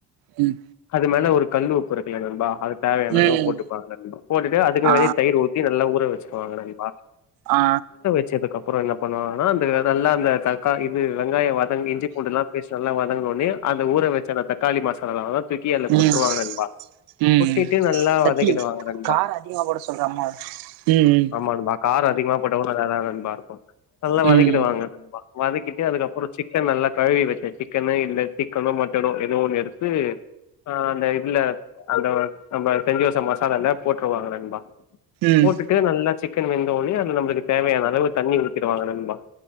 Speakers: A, on the right; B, on the left.
A: ம்
B: அது மேல ஒரு கல்லு உப்பு இருக்கு இல்ல நண்பா அது தேவையான அளவு
A: ம்
B: போட்டுப்பாங்க நண்பா போட்டுட்டு அதுக்கு
A: ஆ
B: மேலயே தயிர் ஊத்தி நல்லா ஊற வச்சிக்குவாங்க நண்பா
A: ஆ
B: ச்சதுக்கு அப்புறம் என்ன பண்ணுவாங்கனா அந்த இதெல்லா அந்த தக்காளி இது வெங்காயம் வதங்கி இஞ்சி பூண்டுல்லா பேஸ்ட்டு எல்லா வதங்கன ஒடனே அந்த ஊர வச்ச அந்த தக்காளி மசாலாவா தூக்கி அதுல
A: ம்
B: கொட்டிருவாங்க நண்பா
A: ம்
B: கொட்டிட்டு நல்லா
A: சத்தி
B: வதக்கிடுவாங்க நண்பா
A: காரோ அதிகமா போட சொல்ற அம்மாவ ம்
B: ஆமா நண்பா காரம் அதிகமா போட்டாக்கூடா நல்லாதா நண்பா இருக்கும் நல் லா
A: ம்
B: வதக்கிடுவாங்க
A: ம்
B: நண்பா வதக்கிட்டு அதுக்கப்புறம் சிக்கன் நல்லா கழுவி வச்ச சிக்கனு இல்ல சிக்கனோ மட்டனோ எதோ ஒன்னு எடுத்து ஆ அந்த இதுல அந்த நம்ப செஞ்சிவச்ச மசாலல்ல போட்ருவாங்க நண்பா
A: ம்
B: போட்டுட்டு நல்லா சிக்கன் வெந்த ஒன்னே அதுல நம்பளுக்கு தேவையான அளவு தண்ணி ஊத்திருவாங்க நண்பா